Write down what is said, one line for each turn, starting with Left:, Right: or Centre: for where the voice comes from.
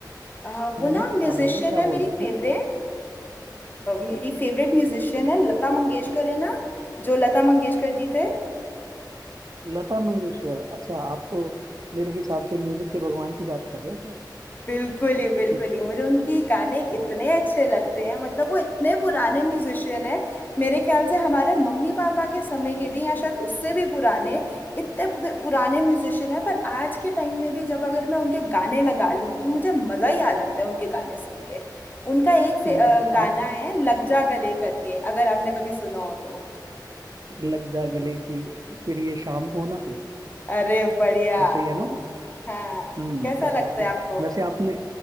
Left: आ, वो
Right: हम्म,
Left: ना म्यूजिशियन
Right: आप बोलो क्या
Left: है मेरी
Right: बोल रहे थे
Left: फेवरेट मेरी फेवरेट म्यूजिशियन है लता मंगेशकर है ना जो लता मंगेशकर जी थे
Right: लता मंगेशकर अच्छा आप तो मेरे हिसाब से म्यूजिक के भगवान की बात कर रहे हो शायद
Left: बिल्कुल ही बिल्कुल
Right: <laughs>
Left: ही मुझे उनकी गाने
Right: हम्म
Left: इतने अच्छे लगते हैं मतलब वो इतने पुराने म्यूजिशियन है मेरे ख्याल से हमारे मम्मी पापा के समय के भी या शायद उससे भी पुराने इतने पु- पुराने म्यूजिशियन है पर आज के टाइम में भी जब अगर मैं उनके गाने लगा लूं तो मुझे मजा ही आ जाता है उनके गाने सुन के उनका एक
Right: हम्म,
Left: फे- अ, गाना
Right: आप
Left: है लग जा गले करके अगर आपने कभी सुना हो तो
Right: लग जा गले कि फिर ये शाम हो ना हो
Left: अरे बढ़िया
Right: ऐसा ही है ना वो?
Left: हाँ
Right: हम्म
Left: कैसा
Right: क्या
Left: लगता
Right: बात
Left: है
Right: है
Left: आपको
Right: वैसे आपने